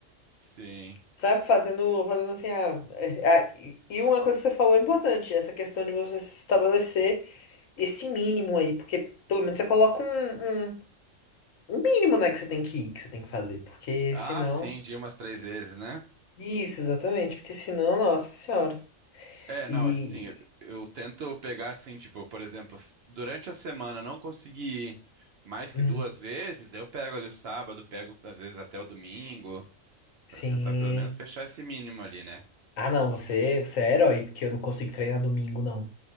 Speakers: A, on the right; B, on the left.
A: Sim.
B: sabe? Fazendo, fazendo assim. ah, é, ah, e uma coisa que você falou é importante, essa questão de você estabelecer esse mínimo aí, porque pelo menos você coloca um, um, um mínimo, né, que você tem que ir, que você tem que fazer, porque
A: Ah,
B: senão.
A: sim, de umas três vezes, né?
B: Isso, exatamente, porque senão, nossa senhora.
A: É, não,
B: E.
A: assim, eu, eu tento pegar assim, tipo, por exemplo, durante a semana não consegui ir mais
B: uhum.
A: que duas vezes, daí eu pego ali o sábado, pego às vezes até o domingo.
B: Sim.
A: Para tentar pelo menos fechar esse mínimo ali, né?
B: Ah, não, você, você é herói, porque eu não consigo treinar domingo, não.